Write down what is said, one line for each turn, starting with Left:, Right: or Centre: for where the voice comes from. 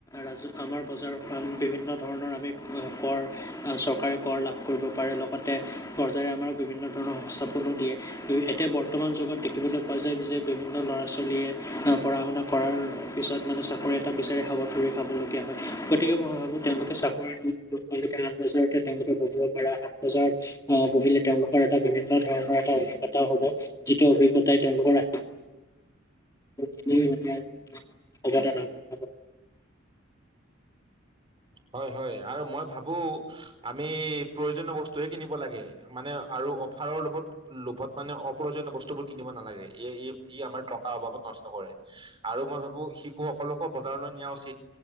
Left: ৰাজ আমাৰ বজাৰৰ বিভিন্ন ধৰণৰ আমি কৰ চৰকাৰে কৰ লাভ কৰিব পাৰে লগতে চৰকাৰে আমাৰ বিভিন্ন ধৰণৰ সংস্থাপনো দিয়ে এতিয়া বৰ্তমান যুগত দেখিবলৈ পোৱা যায় যে বিভিন্ন ল'ৰা ছোৱালীয়ে পঢ়া শুনা কৰাৰ পিছত মানে চাকৰি এটা বিচাৰি হাবাথুৰি খাবলগীয়া হয় গতিকে মই ভাবোঁ তেওঁলোকে চাকৰি কে আঠ বজাৰতে তেওঁলোকে বহিব পাৰো আঠ বজাৰত আহ বহিলে তেওঁলোকৰ এটা বিভিন্ন ধৰণৰ এটা অভিজ্ঞতা হ'ব যিটো অভিজ্ঞতাই তেওঁলোকৰ <unintelligible> জীৱন <unintelligible>
Right: হয় হয় আৰু মই ভাবো আমি প্ৰয়োজনীয় বস্তুয়ে কিনিব লাগে মানে আৰু অফাৰৰ লভত লোভত মানে অপ্ৰয়োজনীয় বস্তুবোৰ কিনিব নালাগে ই ই আমাৰ টকাৰ অভাৱত নষ্ট কৰে আৰু মই ভাবো শিশুসকলকো বজাৰলৈ নিয়া উচিত